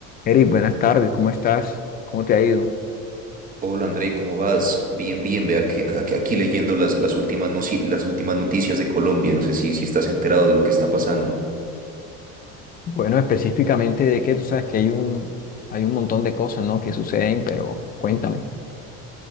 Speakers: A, on the left (about 30°); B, on the right (about 30°).
A: Eric, buenas tardes, ¿cómo estás? ¿Cómo te ha ido?
B: Hola André, ¿cómo vas? Bien, bien, vea que aquí, aquí leyendo las, las últimas, noci- las últimas noticias de Colombia, no sé si, si estás enterado de lo que está pasando.
A: Bueno, específicamente de qué, tú sabes que hay un, hay un montón de cosas, ¿no? que suceden, pero cuéntame.